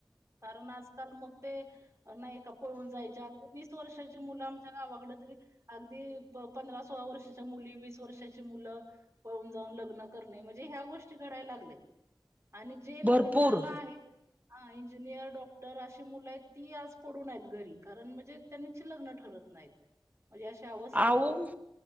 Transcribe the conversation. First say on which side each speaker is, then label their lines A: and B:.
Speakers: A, on the right; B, on the right.
A: कारण आजकाल मग ते, नाही का पळून जायच्या अगदी वीस वर्षाची मुलं आमच्या गावाकडं तरी, अगदी पंधरा-सोळा वर्ष, च्या मुली, वीस वर्षाची मुलं पळून जाऊन लग्न करणे, म्हणजे ह्या गोष्टी घडाय लागलेत. आणि जे
B: भरपूर
A: लग्नाला आहे, हा इंजिनियर डॉक्टर अशी मुलं आहेत ती आज पडून आहेत घरी, कारण म्हणजे त्यांची लग्न ठरत नाहीत.
B: <inaudible>
A: म्हणजे अशी अवस्थ
B: आऊ